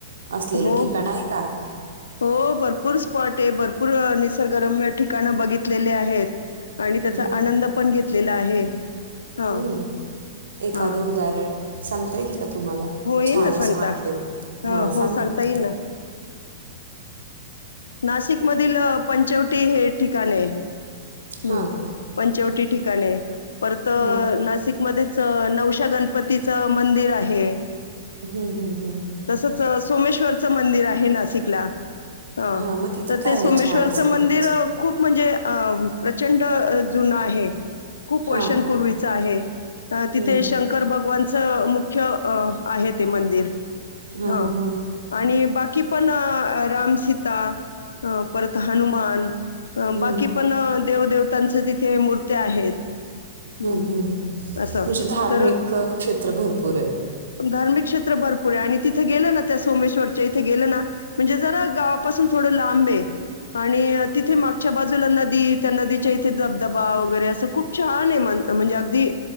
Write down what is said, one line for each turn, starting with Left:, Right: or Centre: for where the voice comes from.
Right: असलेलं
Left: हो
Right: ठिकाण आहे का?
Left: हो भरपूर स्पॉट आहे. भरपूर निसर्गरम्य ठिकाण बघितलेले आहेत. आणि त्याचा
Right: हां,
Left: आनंद पण घेतलेला आहे. हां
Right: हम्म एखादं
Left: हां
Right: उदाहरण सांगता येईल का तुम्हाला?
Left: हो येईल
Right: छान
Left: ना
Right: असं
Left: सांगता
Right: वाटलेलं
Left: हां
Right: हा
Left: हो
Right: सांगा
Left: सांगता
Right: ना
Left: येईल नाशिक मधील पंचवटी हे ठिकाण आहे हम्
Right: हां,
Left: पंचवटी ठिकाण आहे परत अ,
Right: हां
Left: नाशिकमध्येच नवशा गणपतीच मंदिर आहे.
Right: हं, हं, हं.
Left: तसच सोमेश्वरचं मंदिर आहे नाशिकला. हा
Right: हां, मग तिथं
Left: तर
Right: काय
Left: ते सोमेश्वरचं
Right: आहे छान असं
Left: मंदिर,
Right: बघण्यासारखं?
Left: खूप म्हणजे अ प्रचंड जुनं आहे. खूप वर्षांपूर्वीच
Right: हां.
Left: आहे तिथे
Right: हं.
Left: शंक कर भगवानच मुख्य आहे ते मंदिर
Right: हां,
Left: ह
Right: हां, हां, हां.
Left: आणि बाकी पण रामसीता, परत हनुमान अ
Right: हं.
Left: बाकी पण देवदेवतांचे तिथे मूर्त्या आहेत. हं,
Right: हा ह ह म्हणजे
Left: असं.
Right: धार्मिक
Left: तर
Right: क्षेत्र भरपूर आहेत.
Left: धार्मिक क्षेत्र भरपूर आहे आणि तिथे गेलं ना त्या सोमेश्वरच्या इथे गेलं ना म्हणजे जरा गाव पासून लांब आणि तिथे मागच्या बाजूला नदी त्या नदीच्या इथे दबधबा वगैरे असं खूप छान आहे म्हणजे अगदी.